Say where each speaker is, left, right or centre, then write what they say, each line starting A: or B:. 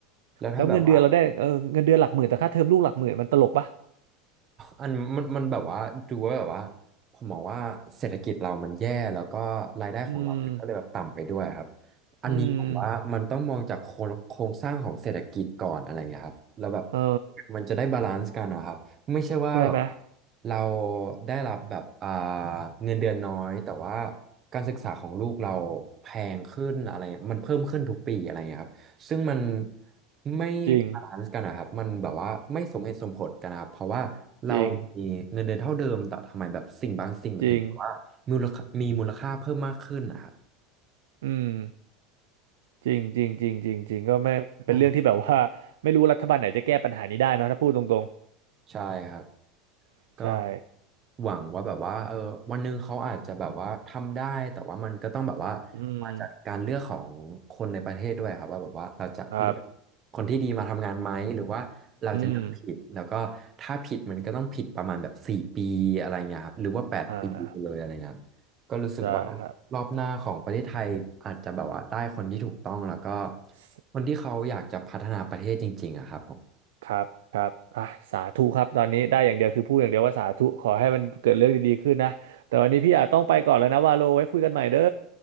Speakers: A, on the right (about 35°); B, on the right (about 85°).
A: แล้วถ้าแบบว่า
B: แล้วเงินเดือนเราได้เออเงินเดือนหลักหมื่นแต่ค่าเทอมลูกหลักหมื่นมันตลกปะ
A: อันมันมันแบบว่าดูว่าแบบว่าผมมองว่าเศรษฐกิจเรามันแย่แล้วก็รายได้ของเรามันก็เลยแบบต่ำไปด้วยครับ
B: อืม
A: อันนี้ผมว่ามันต้องมองจากโครงโครงสร้างของเศรษฐกิจก่อนอะไรเงี้ยครับแล้วแบบ
B: อืมเออ
A: มันจะได้บาลานซ์กันนะครับไม่ใช่ว่าแบบ
B: ใช่ไหม
A: เราได้รับแบบอ่าเงินเดือนน้อยแต่ว่าการศึกษาของลูกเราแพงขึ้นอะไรเงี้ยมันเพิ่มขึ้นทุกปีอะไรเงี้ยครับ ซึ่งมันไม่บาลานซ์กันนะครับมันแบบว่าไม่สมเหตุสมผลกันนะครับ
B: จริง
A: เพราะว่าเรามีเงินเดือนเท่าเดิมแต่ทำไมแบบสิ่งบางสิ่งมันถึงแบบว่ามูลค่ามีมูลค่าเพิ่มมากขึ้นนะครับ
B: จริง จริงอืมจริงจริงจริงจริงจริงก็ไม่เป็นเรื่องที่แบบว่า
A: ใช่
B: ไม่รู้รัฐบาลไหนจะแก้ปัญหานี้ได้เนอะถ้าพูดตรง
A: ใช่ครับ
B: ๆใช่
A: ก็หวังว่าแบบว่าเออวันหนึ่งเขาอาจจะแบบว่าทำได้แต่ว่ามันก็ต้องแบบว่า
B: อืม
A: มาจากการเลือกของคนในประเทศด้วยครับว่าแบบว่าเราจะเลือก
B: ครับ
A: คนที่ดีมาทำงานไหมหรือว่าเราจะเลือกผิดแล้วก็ถ้าผิดมันก็ต้องผิดประมาณแบบสี่ปีอะไรเงี้ยครับหรือว่าแปดปีไปเลยอะไรเงี้ย
B: อืมอ่า
A: ก็รู้สึกว่า
B: ได้ครับ
A: รอบหน้าของประเทศไทยอาจจะแบบว่าได้คนที่ถูกต้องแล้วก็
B: ส
A: คนที่เขาอยากจะพัฒนาประเทศจริงๆอะครับผม
B: ครับครับอ่ะสาธุครับตอนนี้ได้อย่างเดียวคือพูดอย่างเดียวว่าสาธุขอให้มันเกิดเรื่องดีๆขึ้นนะแต่วันนี้พี่อาจต้องไปก่อนแล้วนะว่าโลไว้คุยกันใหม่เด้อ